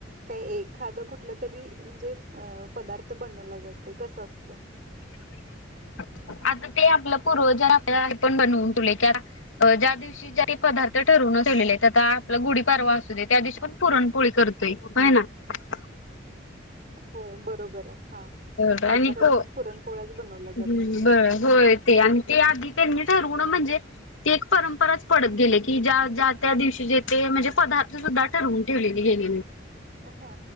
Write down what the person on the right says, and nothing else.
काही एखाद कुठलं तरी म्हणजे पदार्थ बनवला जात कस असते
होय बरोबर आहे. हा
आमच्याकडे
पण पुरणपोळ्याच बनवल्या जातात
हा